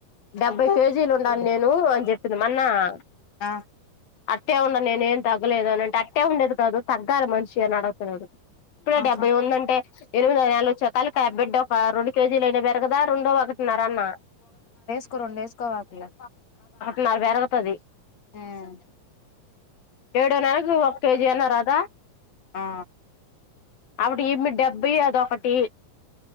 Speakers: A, on the left; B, on the left.
A: డెబ్బై కేజీలు ఉండను నేను అని చెప్పింది మొన్న అ
B: ఆ
A: అట్టే ఉండ నేను ఏం తగ్గలేదు అనింటే అట్టే ఉండేది కాదు తగ్గాలి మంచి గా అడుగుతున్నాడు ఇప్పుడే
B: ఆహా
A: డెబ్బై ఉందంటే ఎనిమిదొ నెల వచ్చే తలకు వెయిట్ రెండు కేజీలు అయినా పెరుగదా రెండు ఒకటిన్నారా అన్న
B: ఇంకా రెండేస్కోవాలే ఇగ
A: నాది పెరుగుతది
B: మ్మ్
A: ఏడో నెలకు ఒక కేజీ అన్న రాదా
B: ఆ
A: అప్పుడు ఇమె డెబ్బై అఐదో ఒకటి